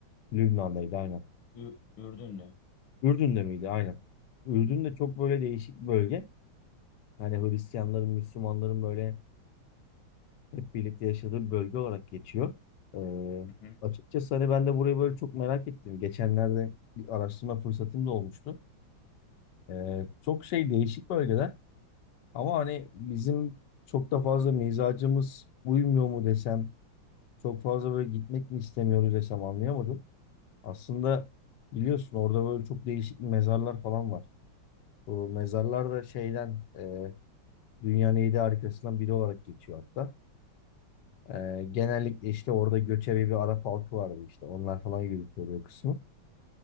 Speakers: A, on the left; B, on the left.
A: Lübnan'daydı aynen.
B: Ü Ürdün'de.
A: Ürdün'de miydi? Aynen. Ürdün
B: Ü-
A: de çok böyle değişik bir bölge. Hani Hristiyanların, Müslümanların böyle hep birlikte yaşadığı bir bölge olarak geçiyor. Ee,
B: Hı hı.
A: açıkçası hani ben de burayı böyle çok merak ettim. Geçenlerde bir araştırma fırsatım da olmuştu. Ee, çok şey değişik bölgeler ama hani bizim çok da fazla mizacımız uymuyor mu desem, çok fazla böyle gitmek mi istemiyoruz desem anlayamadım. Aslında biliyorsun orada böyle çok değişik mezarlar falan var. Bu mezarlar da şeyden e, dünyanın yedi harikasından biri olarak geçiyor hatta. Ee, genellikle işte orada göçebe bir Arap halkı vardı işte. Onlar falan yürütüyordu o kısmı.